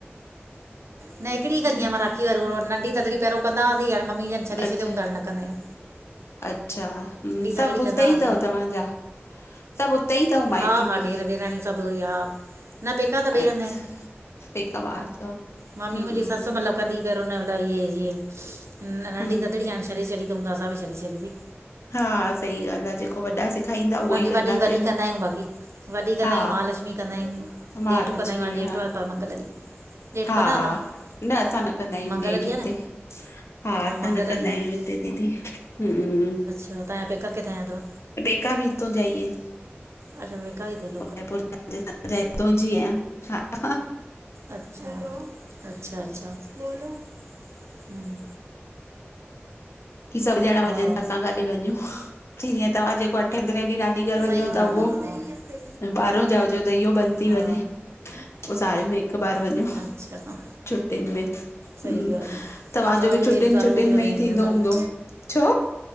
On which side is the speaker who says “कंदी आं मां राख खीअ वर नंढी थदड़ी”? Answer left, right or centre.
Right